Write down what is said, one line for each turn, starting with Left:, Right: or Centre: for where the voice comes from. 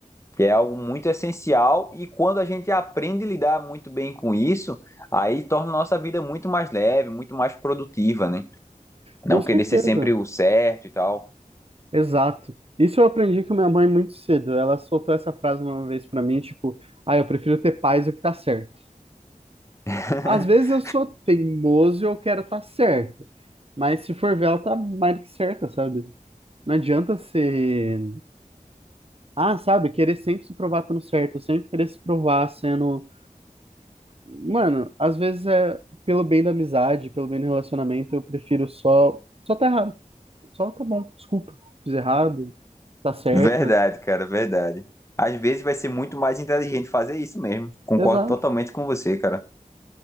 Left: que é algo muito essencial e quando a gente aprende a lidar muito bem com isso, aí torna a nossa vida muito mais leve, muito mais produtiva, né? Não
Right: Com certeza.
Left: querer ser sempre o certo e tal.
Right: Exato. Isso eu aprendi com minha mãe muito cedo. Ela soltou essa frase uma vez pra mim, tipo, ah, eu prefiro ter paz do que tá certo.
Left: <laughs>
Right: Às vezes eu sou teimoso e eu quero estar tá certo, mas se for ver, ela tá mais do que certa, sabe? Não adianta ser, ah, sabe, querer sempre se provar estando certo, sempre querer se provar sendo, mano, às vezes é pelo bem da amizade, pelo bem do relacionamento, eu prefiro só só tá errado. Só tá bom, desculpa. Fiz errado, tá certa.
Left: Verdade, cara, verdade. Às vezes vai ser muito mais inteligente fazer isso mesmo. Concordo
Right: Exato.
Left: totalmente com você, cara.